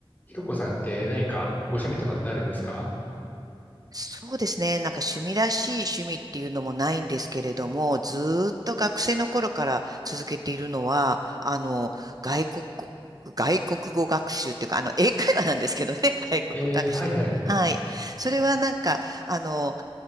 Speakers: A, on the left; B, on the right.
A: ひろこさんって何かご趣味とかってあるんですか
B: そうですね。なんか趣味らしい趣味っていうのもないんですけれども、ずーっと学生の頃から続けているのは、あの、外国語、外国語学習っていうか、あの、英会話なんですけどね、<laughs> 外国語学習。
A: えー、はいはい。
B: はい。それはなんか、あの、